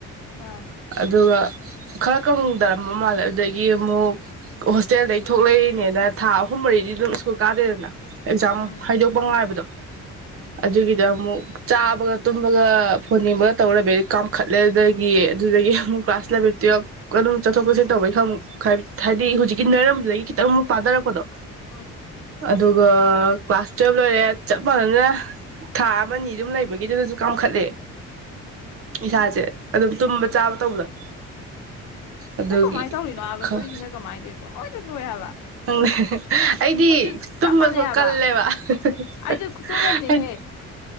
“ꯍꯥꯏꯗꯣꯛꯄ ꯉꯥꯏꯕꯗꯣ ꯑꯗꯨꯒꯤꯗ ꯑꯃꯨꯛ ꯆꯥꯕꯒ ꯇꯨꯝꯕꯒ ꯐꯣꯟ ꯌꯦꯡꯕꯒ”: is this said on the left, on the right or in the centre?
Right